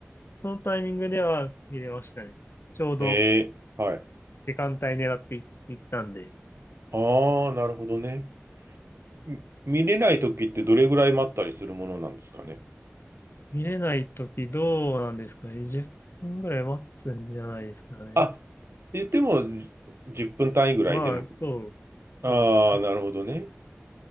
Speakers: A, on the left; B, on the right.
A: そのタイミングでは見れましたね。ちょうど
B: ええ、はい。
A: 時間帯狙ってい行ったんで。
B: ああ、なるほどね。み見れない時ってどれぐらい待ったりするものなんですかね
A: 見れないときどうなんですかね。10分ぐらい待つんじゃないですかね。
B: あ、言ってもじ10分単位ぐらいでも。
A: まあ、そう、
B: ああ、
A: そう。
B: なるほどね。